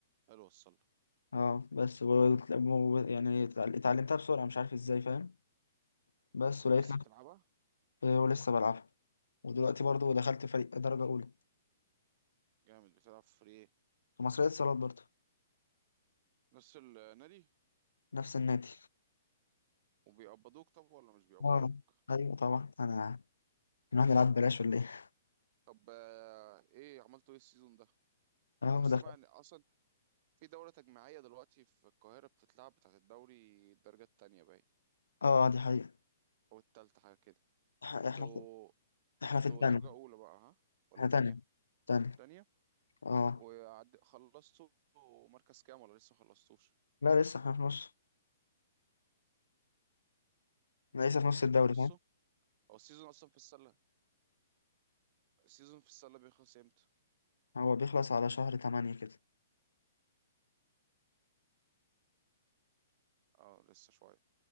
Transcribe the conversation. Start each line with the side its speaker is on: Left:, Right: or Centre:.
Right: حلو وصل
Left: اه بس و... و- يعني اتعلمتها بسرعة مش عارف ازاي فاهم بس
Right: ولسه
Left: ولقيت نفسي
Right: بتلعبها
Left: آه، ولسه بلعبها ودلوقتي برضو دخلت فريق درجة أولى
Right: جامد بتلعب فري ايه
Left: في مصرية اتصالات برضو
Right: نفس النادي
Left: نفس النادي
Right: وبيقبضوك طب ولا مش بيقبضوك
Left: اه ايوه طبعا انا نروح نلعب بلاش ولا ايه
Right: طب آه، ايه عملتوا ايه السيزون ده
Left: اه
Right: انا
Left: ما
Right: سامع
Left: دخلت
Right: ان اصلا في دورة تجميعية دلوقتي في القاهرة بتتلعب بتاعت الدوري الدرجة التانية باين
Left: اه دي حقيقة
Right: او التالتة حاجة كده
Left: إح- احنا
Right: انتوا
Left: في... احنا
Right: انتوا
Left: في التانية
Right: درجة أولى بقى ها ولا
Left: احنا
Right: تانية
Left: تانية تانية
Right: تانية
Left: اه
Right: وعد خلصتوا مركز كام ولا لسه خلصتوش
Left: لا لسه احنا في نص أنا لسه في نص الدوري
Right: في نصه
Left: فاهم
Right: هو السيزون أصلا في السلة السيزون في السلة بيخلص امتى
Left: هو بيخلص على شهر تمانية كده
Right: اه لسه شوية